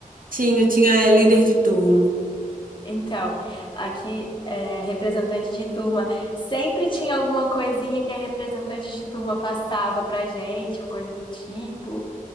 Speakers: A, on the right (about 75°); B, on the left (about 35°).
A: Tinha, tinha é, líder de turma.
B: Então, aqui é representante de turma. Sempre tinha alguma coisinha que a representante de turma passava pra gente, ou coisa do tipo.